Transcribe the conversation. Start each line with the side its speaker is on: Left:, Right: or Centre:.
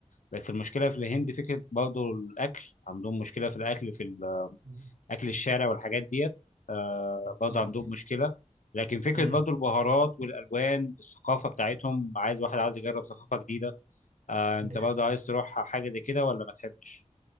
Left: بس المشكله في الهند فكره برضو الاكل عندهم مشكله في الاكل في
Right: مم.
Left: اكل الشارع والحاجات ديت آه برضه
Right: صعب
Left: عندهم مشكله لكن فكره
Right: مم.
Left: برضه البهارات والالوان الثقافه بتاعتهم عايز واحد عايز يجرب ثقافه جديده آه انت
Right: دي
Left: برضه
Right: حقيقة
Left: عايز تروح حاجه زي كده ولا ما تحبش